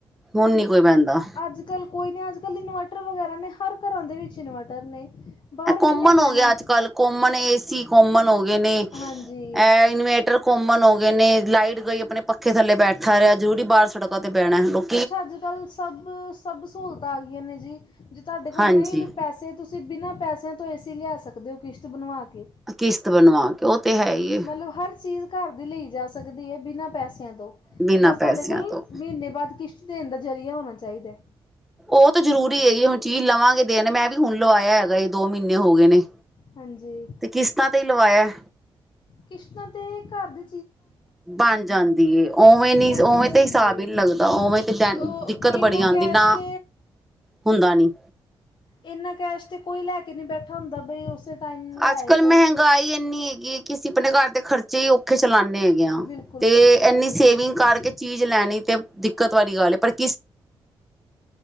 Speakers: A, in the centre; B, on the left.
A: ਹੁਣ ਨੀ ਕੋਈ ਬੈਂਦਾ
B: ਅੱਜ ਕੱਲ ਕੋਈ ਨੀ ਅੱਜ ਕੱਲ੍ਹ ਇਨਵਰਟਰ ਵਗੈਰਾ ਨੇ ਹਰ ਘਰਾਂ ਦੇ ਵਿੱਚ ਇਨਵੇਟਰ ਨੇ ਬਾਹਰ
A: ਇਹ ਕੋਮਨ
B: ਕਿੰਨੇ
A: ਹੋ
B: ਬੈਣਾ
A: ਗਿਆ ਅੱਜ ਕੱਲ ਕੋਮਨ ਏਸੀ ਕੋਮਨ ਹੋ ਗਏ ਨੇ ਇਹ
B: ਹਾਂਜੀ
A: ਇਨਵੇਟਰ ਕੋਮਨ ਹੋ ਗਏ ਨੇ, ਲਾਈਟ ਗਈ ਆਪਣੇ ਪੱਖੇ ਥੱਲੇ ਬੈਠਾ ਰਿਹਾ ਜ਼ਰੂਰੀ ਬਾਰ ਸੜਕਾਂ ਤੇ ਬੈਣੈ। ਲੋਕ
B: ਕੁਛ ਅੱਜ ਕੱਲ੍ਹ ਸਭ ਸਭ ਸਹੂਲਤਾਂ ਆ ਗਈਆਂ ਨੇ ਜੀ ਜੇ ਤੁਹਾਡੇ ਕੋਲ
A: ਹਾਂਜੀ
B: ਨਹੀਂ ਵੀ ਪੈਸੇ ਤੁਸੀਂ ਬਿਨਾਂ ਪੈਸਿਆਂ ਤੋਂ ਏਸੀ ਲਿਆ ਸਕਦੇ ਹੋ ਕਿਸ਼ਤ ਬਣਵਾ ਕੇ
A: ਕਿਸ਼ਤ ਬਣਵਾ ਕੇ ਉਹ ਤੇ ਹੈ ਹੀ ਏ
B: ਮਤਲਬ ਹਰ ਚੀਜ਼ ਘਰ ਦੀ ਲਈ ਜਾ ਸਕਦੀ ਹੈ। ਬਿਨਾਂ ਪੈਸਿਆਂ ਤੋਂ
A: ਬਿਨਾਂ
B: ਬਸ
A: ਪੈਸਿਆਂ
B: ਸਾਡੇ ਕੋਲ
A: ਤੋਂ
B: ਮਹੀਨੇ ਬਾਦ ਕਿਸ਼ਤ ਦੇਣ ਦਾ ਜ਼ਰੀਆ ਹੋਣਾ ਚਾਈਦਾ
A: ਉਹ ਤਾਂ ਜ਼ਰੂਰੀ ਹੈ। ਜੀ ਹੁਣ ਚੀਜ਼ ਲਵਾਂਗੇ ਦਿਨ ਮੈਂ ਵੀ ਹੁਣ ਲਵਾਇਆ ਹੈਗਾ ਦੋ ਮਹੀਨੇ ਹੋ ਗਏ ਨੇ
B: ਹਾਂਜੀ
A: ਤੇ ਕਿਸ਼ਤਾਂ ਤੇ ਹੀ ਲਵਾਇਆ
B: ਕਿਸ਼ਤਾਂ ਤੇ ਘਰ ਦੇ
A: ਬਣ ਜਾਂਦੀ ਏ, ਉਵੇਂ
B: ਇਹ
A: ਨੀ ਉਵੇਂ
B: ਚੀਜ਼
A: ਤਾਂ
B: ਹੁੰਦੀ
A: ਹਿਸਾਬ
B: ਹੈ
A: ਹੀ ਨਹੀਂ ਲੱਗਦਾ ਉਵੇਂ ਤੇ
B: ਉਹ
A: ਦਿੱਕਤ
B: ਇੰਨਾ
A: ਬੜੀ ਆਂਦੀ
B: ਕੈਸ਼
A: ਨਾ
B: ਤੇ
A: ਹੁੰਦਾ ਨੀ
B: ਇੰਨਾ ਕੈਸ਼ ਤੇ ਕੋਈ ਲੈ ਕੇ ਨਹੀਂ ਬੈਠਾ ਹੁੰਦਾ ਬਈ। ਉਸੇ ਟਾਈਮ ਲੈ
A: ਅੱਜ
B: ਆਏ
A: ਕੱਲ੍ਹ
B: ਕੋਈ
A: ਮਹਿੰਗਾਈ ਇੰਨੀ ਹੈਗੀ ਕਿ ਅਸੀਂ ਆਪਣੇ ਘਰ ਦੇ ਖਰਚੇ ਹੀ ਔਖੇ ਚਲਾਂਦੇ ਹੈਗੇ
B: ਬਿਲਕੁਲ
A: ਤੇ
B: ਬਿਲਕੁਲ
A: ਇੰਨੀ
B: ਇਹ ਵੀ
A: ਸੇਵਿੰਗ
B: ਸਹੀ ਹੈ
A: ਕਰਕੇ ਚੀਜ਼ ਲੈਣੀ ਤੇ ਦਿੱਕਤ ਵਾਲੀ ਗੱਲ, ਪਰ ਕਿਸ